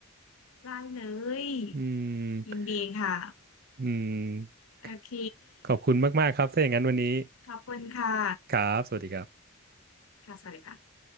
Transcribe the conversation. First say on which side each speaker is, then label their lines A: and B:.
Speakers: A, on the left; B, on the right.
A: ได้เลย
B: อืม
A: ยินดีค่ะ
B: อืม
A: โอเค
B: ขอบคุณมากๆครับถ้าอย่างนั้นวันนี้
A: ขอบคุณค่ะ
B: ครับสวัสดีครับ
A: ค่ะสวัสดีค่ะ